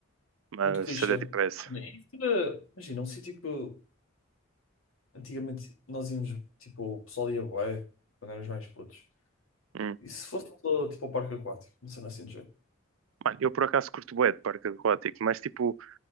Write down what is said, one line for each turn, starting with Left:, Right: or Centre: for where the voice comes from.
Right: Mas
Left: Muito clichê.
Right: seria,
Left: Mano,
Right: tipo, essa.
Left: e isso era- imagina, um sítio que eu- antigamente nós íamos, tipo, o pessoal ia bué, quando éramos mais putos.
Right: Hum.
Left: E se fosse só, tipo ao parque aquático, uma cena assim do jeito?
Right: Mano, eu por acaso curto bué de parque aquático, mas, tipo,